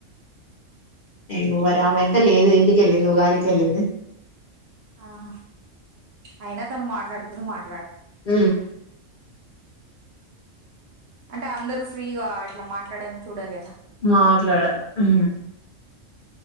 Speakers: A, on the left; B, on the right.
A: ఏ్వరి ఆమె అయితే లేదు ఇంటికెళ్ళింది ఉగాదికి వెళ్ళింది
B: ఆహా అయినా తను మాట్లాడుతుంది మాట్
A: ఊ
B: అంటే అందరూ ఫ్రీగా ఇట్లా మాట్లాడని చూడారు కదా
A: మాట్లాడరు ఊ